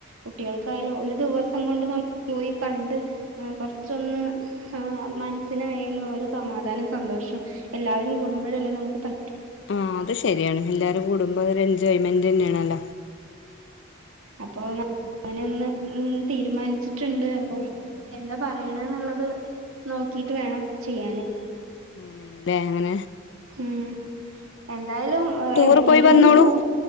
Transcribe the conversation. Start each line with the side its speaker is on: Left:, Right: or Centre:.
Right: കുട്ടികൾക്കായാലും ഒരു ദിവസം കൊണ്ട് നമ് പോയി കണ്ട് അഹ് കൊറ്ച്ചൊന്ന് ആഹ് മൻസ്സിനായാലും ഒരു സമാധാനം സന്തോഷം എല്ലാവരും കൂടുമ്പഴല്ലേ നമുക്ക് പ
Left: ആഹ് അത് ശരിയാണ് എല്ലാരും കൂടുമ്പോ ഒര് എൻജോയ്മെൻ്റെന്നേണല്ലോ.
Right: അപ്പോ ന്ന ങ്ങനൊന്ന് ഉം തീരുമാനിച്ചിട്ടുണ്ട് അപ്പൊ എന്താ പറയ്ണന്ന്ള്ളത് നോക്കീട്ട് വേണം ചെയ്യാന്.
Left: നേണ് ല്ലെ അങ്ങനെ
Right: ഉം എന്തായാലും
Left: ടൂറ്
Right: എഎവിട്ക്കേങ്കിലൊന്ന്
Left: പോയി വന്നോളൂ
Right: പോവ.